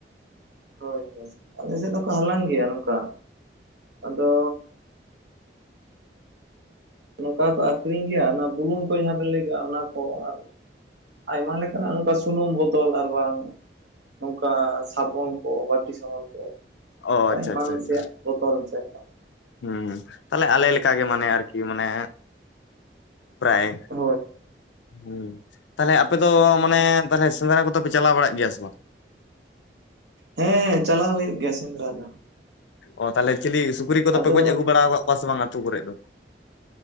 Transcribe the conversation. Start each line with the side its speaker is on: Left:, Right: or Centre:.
Right: ᱦᱳᱭ ᱦᱳᱭ ᱟᱞᱮ ᱥᱮᱫ ᱫᱚᱠᱚ ᱦᱟᱞᱟᱝ ᱜᱮᱭᱟ ᱱᱚᱝᱠᱟ ᱟᱫᱚ ᱱᱚᱝᱠᱟ ᱠᱚ ᱟᱠᱷᱨᱤᱧ ᱜᱮᱭᱟ ᱚᱱᱟ ᱵᱩᱞᱩᱝ ᱠᱚ ᱡᱟᱦᱟᱸ ᱵᱮᱱ ᱞᱟᱹᱭ ᱠᱮᱫᱼᱟ ᱚᱱᱟ ᱠᱚ ᱟᱨ ᱟᱭᱢᱟ ᱞᱮᱠᱟᱱᱟᱜ ᱚᱱᱠᱟ ᱥᱩᱱᱩᱢ ᱵᱚᱫᱚᱞ ᱟᱨ ᱵᱟᱝ ᱱᱚᱝᱠᱟ ᱥᱟᱵᱚᱱ ᱠᱚ ᱵᱟᱴᱤ ᱥᱟᱵᱚᱱ ᱠᱚ
Left: ᱚ
Right: ᱚᱱᱠᱟ
Left: ᱟᱪᱪᱷᱟ
Right: ᱮᱢᱟᱱ
Left: ᱟᱪᱪᱷᱟ ᱟᱪᱪᱷᱟ
Right: <unintelligible>
Left: ᱦᱩᱸ ᱛᱟᱦᱚᱞᱮ ᱟᱞᱮ ᱞᱮᱠᱟ ᱜᱮ ᱢᱟᱱᱮ ᱟᱨᱠᱤ ᱢᱟᱱᱮ ᱯᱨᱟᱭ
Right: ᱦᱳᱭ
Left: ᱦᱩᱸ ᱛᱟᱦᱮᱞᱮ ᱟᱯᱮ ᱫᱚ ᱢᱟᱱᱮ ᱛᱟᱦᱮᱞᱮ ᱥᱮᱸᱫᱽᱨᱟ ᱠᱚᱫᱚ ᱯᱮ ᱪᱟᱞᱟᱣ ᱵᱟᱲᱟᱜ ᱜᱮᱭᱟ ᱥᱮ ᱵᱟᱝ?
Right: ᱦᱮᱸ ᱪᱟᱞᱟᱣ ᱦᱩᱭᱩᱜ ᱜᱮᱭᱟ ᱥᱮᱸᱫᱽᱨᱟ ᱫᱚ।
Left: ᱚ ᱛᱟᱦᱚᱞᱮ ᱪᱤᱞᱤ ᱥᱩᱠᱨᱤ ᱠᱚᱫᱚ
Right: ᱟᱫᱚ
Left: ᱯᱮ ᱜᱚᱡ ᱟᱹᱜᱩ ᱵᱟᱲᱟ ᱟᱠᱟᱫ ᱠᱚᱣᱟ ᱥᱮ ᱵᱟᱝ ᱟᱹᱛᱩ ᱠᱚᱨᱮᱫ ᱫᱚ?